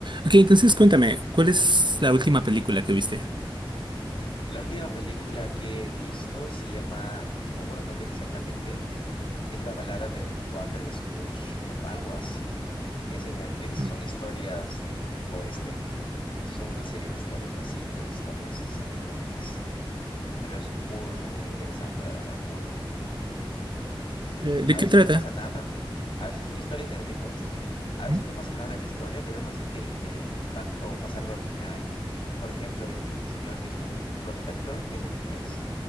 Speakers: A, on the right; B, on the left.
A: Ok, entonces cuéntame, ¿cuál es la última película que viste?
B: La última película que he visto se llama, no me acuerdo el nombre exactamente, es La balada de Barber Scrooge, algo, algo así. Es en Netflix,
A: Ujú.
B: son historias en el viejo oeste, son una serie de historias, unas cinco o seis historias salen en Netflix. Pero es muy, muy, muy interesante, la verdad, muy,
A: Eh, ¿De
B: a
A: qué
B: veces
A: trata?
B: no pasa nada. A veces son historias del viejo este. A veces
A: Ujú,
B: no pasa nada en la historia, pero aún así te, te, te impacta o pasa algo al final. Por ejemplo, hay un señor que es un prospector, que es en inglés.